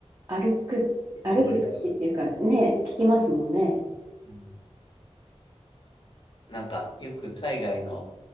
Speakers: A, on the right; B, on the left.
A: 歩く、歩く都市っていうかね、
B: 登りくなる。
A: 聞きますもんね。
B: うんなんか、よく海外の、